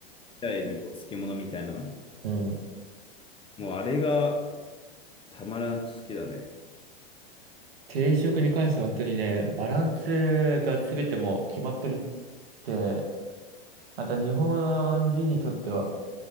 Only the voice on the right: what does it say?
ん。うん。
定食に関しては本当にね、バランスが全てもう決まってるって、また日本人にとっては、